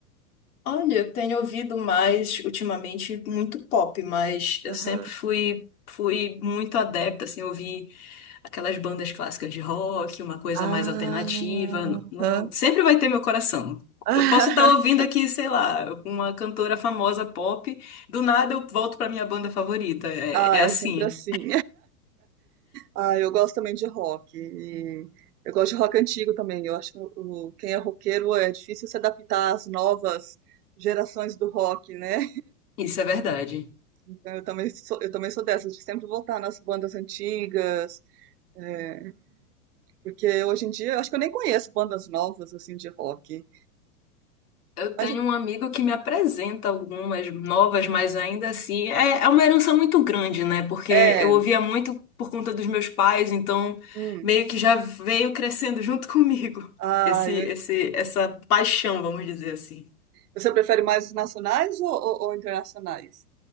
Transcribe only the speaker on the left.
Olha, eu tenho ouvido mais ultimamente muito pop, mas eu
sempre fui fui muito adepta, assim, ouvi aquelas bandas clássicas de rock, uma coisa
mais alternativa, não,
não- sempre vai ter meu coração.
Eu posso estar ouvindo aqui, sei lá, uma cantora famosa pop, do nada eu volto para minha banda favorita. É,
é assim.
Isso é verdade.
Eu tenho
um amigo que me apresenta algumas novas, mas ainda assim é, é uma herança muito grande, né? Porque
eu ouvia muito por conta dos meus pais, então
meio que já veio crescendo junto <laughs> comigo
esse,
esse, essa paixão, vamos dizer assim,